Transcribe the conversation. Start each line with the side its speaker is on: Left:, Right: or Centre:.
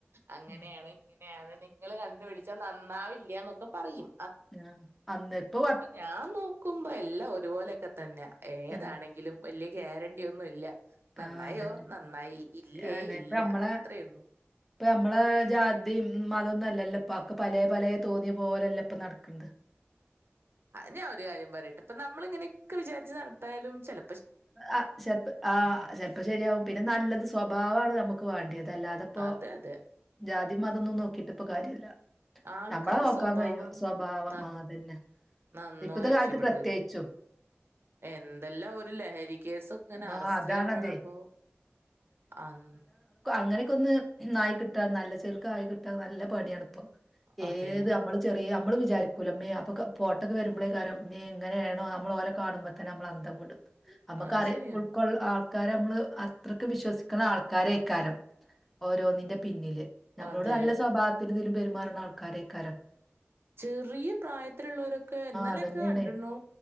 Right: അങ്ങനെയാണ്
Centre: ഉം
Right: ഇങ്ങ യാണ് നിങ്ങള് കണ്ട്പിടിച്ചാ നന്നാവില്ലന്നൊക്കെപറയും.
Centre: ആഹ അന്നേപൊ
Right: ഞാൻ നോക്കുമ്പോ എല്ലാം ഒരുപോലൊക്കെ തന്നെ. ഏതാണെങ്കിലും
Centre: ഉം
Right: വല്യ ഗ്യാരണ്ടി ഒന്നും ഇല്ല നന്നായോ
Centre: ആഹ് അതന്നെ
Right: നന്നായി ഇല്ലേ
Centre: അനെ
Right: ഇല്ല
Centre: ഇപ്പ നമ്മളെ
Right: അത്രേയള്ളൂ
Centre: ഇപ്പ നമ്മള ജാതി അതൊന്നും അല്ലല്ലോ ഇപ്പൊ ആക്ക് പലേ പലേ തോന്നിയ പോലേല്ല പ്പ നട്ക്ക്ണത്.
Right: ഞാൻ ഒരു കാര്യം പറയട്ട് ഇപ്പ നമ്മൾ ഇങ്ങനെയൊക്കെ വിചാരിച്ച് നടത്തായാലും ചെല
Centre: ആ ചെൽപോ ആ ചെലപ്പോ ശരിയാവും പിന്നെ നല്ലത് സ്വഭാവാണ് നമുക്ക് വേണ്ടിയത് അതല്ലാതപ്പോ
Right: അതെ അതെ
Centre: ജാതി മതംന്നും നോക്കിട്ട് ഇപ്പൊ കാര്യല്ല
Right: ആൾക്കാരെ
Centre: നമ്മളെ നോക്കാൻ
Right: സ്വഭാവം
Centre: കഴിയോ സ്വഭാവം
Right: ന
Centre: ആ അതന്നെ
Right: നന്നോ
Centre: ഇപ്പത്തെ
Right: രക്ഷപ്പെട്ട്
Centre: കാലത്ത് പ്രത്യേകിച്ചും
Right: എന്തെല്ലാം ഒരു ലഹരി കേസൊക്കെ ഇങ്ങനെ അറസ്റ്റിലാവ്ണ
Centre: ആഹ് അതാണതെ
Right: കാണുമ്പോ മം
Centre: അങ്ങനൊക്കന്ന് ആയി കിട്ടാ നല്ല ചെൽക്ക് ആയി കിട്ട നല്ല പണിയാണ് ഇപ്പോ
Right: അതെ
Centre: ഏത് നമ്മള് ചെർ അ നമ്മൾ വിചാരിക്കില്ലോ മേ അപ്പോൊ ഫോട്ടൊക്കെ വരുമ്പോഴേക്കാര്ം മീ എങ്ങനെയ ആണോ നമ്മൾ ഓല കാണുമ്പോൾ തന്നെ നമ്മള അന്തം കൊണ്ടും നമുക്ക്
Right: അത്
Centre: അറ
Right: ശരിയാണ്
Centre: ഉൾക്കൊള്ള ആ ആൾക്കാരെ നമ്മള് അത്രക്കെ വിശ്വസിക്കുന്ന ആൾക്കാരേക്കാരം ഓരോന്നിന്റെ പിന്നില് നമ്മളോട്
Right: അതെ
Centre: നല്ല സ്വഭാവത്തിൽ ഇതിലും പെരുമാറുന്ന ആൾക്കാരെക്കാലം
Right: ചെറിയ പ്രായത്തിലുള്ളവരൊക്കെ എന്നലൊക്കെ
Centre: അതന്നെയാണ്
Right: കണ്ടിണു